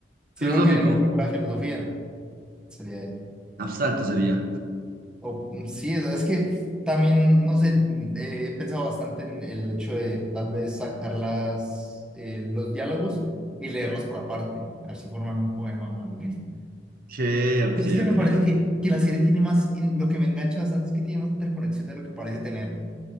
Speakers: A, in the centre; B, on the right.
A: Si
B: Filosófico,
A: era un género que fuera filosofía, sería eso.
B: abstracto sería.
A: O, mm, sí, o sea, es que también, no sé, mm, eh, he pensado bastante en el hecho de tal vez sacar las, eh, los diálogos y leerlos por aparte, así formar un poema o algo.
B: Ok, ok,
A: Pues Es que
B: ok.
A: me parece que, que la serie tiene más, en- lo que me engancha bastante es que tiene más interconexión de lo que parece tener. O